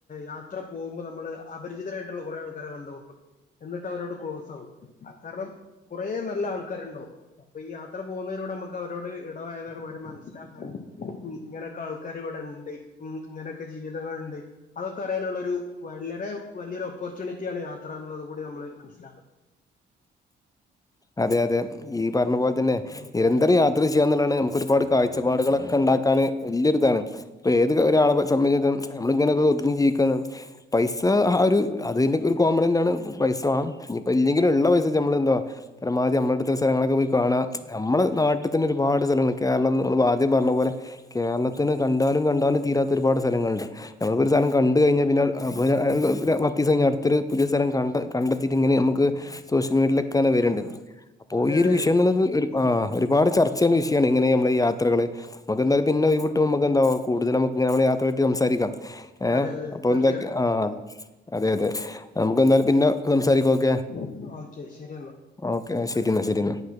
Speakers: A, on the left (about 40°); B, on the left (about 15°).
A: യാത്ര പോകുമ്പോനമ്മള് അപരിചിതരായിട്ടുള്ള കുറെ ആൾക്കാരെ കണ്ടുമുട്ടും. എന്നിട്ടവരോട് ക്ലോസാവും കാരണം കുറെ നല്ല ആൾക്കാരുണ്ടാവും അപ്പൊ ഈ യാത്ര പോവുന്നതിലൂടെ മ്മക്കവരോട് ഇടപയകാനും അവരെ മനസ്സിലാക്കാനും ഉം ഇങ്ങനൊക്കെൾക്കാര് ഇവിടെണ്ട് മ്മ് ഇങ്ങനെയൊക്കെ ജീവിതങ്ങള്ണ്ട് അതൊക്കെ അറിയാനുള്ളരു വളരെ വലിയൊരു ഒപ്പർച്യൂണിറ്റിയാണ് യാത്ര എത്രന്നുകൂടി നമ്മള് മനസ്സിലാകണം
B: അതെ അതെ ഈ പറഞ്ഞ പോലെ തന്നെ
A: ഉം
B: നിരന്തരം യാത്ര ചെയ്യാന്നുള്ളതാണ് നമുക്കൊരുപാട് കാഴ്ച ഒച്ചപ്പാടുകളൊക്കെണ്ടാക്കാന് വലിയൊരിതാണ് ഇപ്പൊ ഏത് ഒരാളെ സംബന്ധിച്ചി നമ്മള ഇങ്ങനെ ഒതുങ്ങി ജീവിക്കാണ് പൈസ ആ ഒരു അതൊരു കോമണന്നാ ണ് പൈസ ഇനിയിപ്പോ ഇല്ലെങ്കിലും ഉള്ള പൈസക്ക് നമ്മള് എന്താ പരമാവധി നമ്മടെ അടുത്തുള്ള സ്ഥലങ്ങളൊക്കെ പോയി കാണാ നമ്മള നാട്ടി തന്നെ ഒരുപാട് സ്ഥല കേരളം നമ്മൾ ആദ്യം പറഞ്ഞ പോലെ കേരളത്തിന് കണ്ടാലും കണ്ടാലും തീരാത്ത ഒരുപാട് സ്ഥലങ്ങളുണ്ട് നമുക്ക് ഒരു സ്ഥലം കണ്ട് കഴിഞ്ഞാൽ പിന്നേ ആ ഒരു പത്തീസം കഴിഞ്ഞാൽ അടുത്ത ഒരു പുതിഴ ഒരു സ്ഥലം കണ്ടതിട്ട് ഇങ്ങനെ നമ്മക്ക് സോഷ്യൽ മീഡിയിലൊക്കെവരണ്ട് അപ്പൊ
A: അതെ
B: ഈ
A: അതെ
B: ഒരു വിഷയംന്നുള്ളത് ഒരു
A: ഉം
B: ഒരുപാട് ചർച്ച ചയ്യേണ്ട വിഷയണ് ഇങ്ങനെ നമ്മള് യാത്രകള് നമുക്ക്ന്തായാലും പിന്നെ ഒഴിവിട്ടുമ്പോ മ്മക്ക് എന്ത കൂടുതൽ നമ്മക്ക് യാത്രയേ പറ്റി സംസാരിക്കാം ഏ
A: അതെ അതെ
B: അപ്പൊ
A: തീർച്ചയായിട്ടും
B: എന്തെയ ആ അതെ അതെ നമുക്കന്താ പിന്നെ സംസാരിക്ക ഓക്കേ
A: <inaudible> എന്നാ
B: ഓക്കെ ശരിന്നാ
A: ബൈ
B: ശരിന്നാ